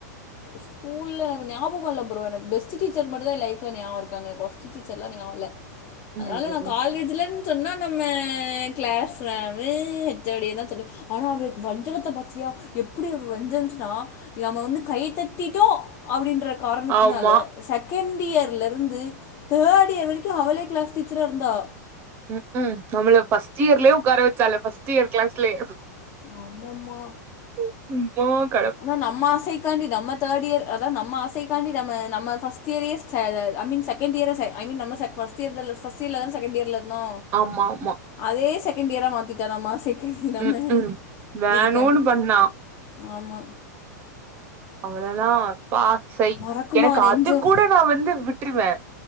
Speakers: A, on the left; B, on the right.
A: ஸ்கூல்ல எனக்கு ஞாபகோல்ல ப்ரோ எனக் பெஸ்ட்டு டீச்சர் மட்டு தா ஏ லைஃப்ல நியாவோருக்கு வோஸ்ட்டு டீச்சர்லா நியாவோல்ல
B: ம்,
A: அதனால நா
B: ம்.
A: காலேஜ்லன் சொன்னா நம்ம கிளாஸு மேமு ஹெச் ஓ டிய தா சொல்லுவே ஆனா அவருக்கு வஞ்சகத்த பாத்தியா எப்டி ஒரு வஞ்சன்ஸ் னா நம்ம வந்து கைத்தட்டிட்டோ அப்டின்ற காரணத்தினால
B: ஆமா.
A: செகண்டியர் லருந்து தேர்டியர் வரைக்கு அவளே கிளாஸ் டீச்சரா இருந்தா
B: ம்ஹும் நம்மள ஃபஸ்டியர்லே உட்கார வச்சாளே ஃபஸ்டியர் கிளாஸ்லே
A: ஆமம்மா
B: <unintelligible>
A: ஆனா நம்ம ஆசைக் க்காண்டி நம்ம தேர்டியர் அதாவது நம்மசைகாண்டி நம்ம நம்ம ஃபஸ்டியரையே செர அம்மீன்சார் செகண்டியர் ஐ மீன் நம்ம செக் ஃபஸ்டியர்ல தா ஃபஸ்டியர் செகண்டியர்ல இருந்தோ
B: ஆமா ஆமா
A: அதே செகண்டியரா மாத்திட்டாம்மா செகண்டியர் நம்ம
B: ம், ம். வேணுன்னு
A: இதுக்காண்டி
B: பண்ணா.
A: ஆமா
B: அவ்ளோல்லா பா சைய்
A: மறக்குமா
B: எனக்கு
A: நெஞ்சோ
B: அது கூட நா வந்து விட்டுருவே